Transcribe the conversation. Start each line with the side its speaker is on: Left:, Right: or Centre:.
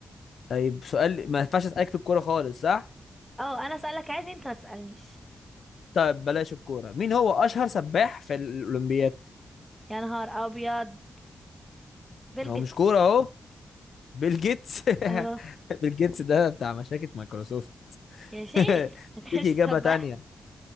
Left: طيب سؤال ما ينفعش اسألك في الكورة خالص صح؟
Centre: اه انا اسألك عايز انت ما تسألنيش
Left: طيب بلاش الكورة مين هو أشهر سباح في الأولمبياد؟
Centre: يا نهار ابيض بيل
Left: هو
Centre: جيتس
Left: مش كورة أهو بيل جيتس <laughs>
Centre: اه
Left: بيل جيتس ده بتاع مشاكل مايكروسوفت
Centre: يا شيخ
Left: <laughs>
Centre: <laughs> مكانش
Left: ديك إجابة
Centre: سباح
Left: تانية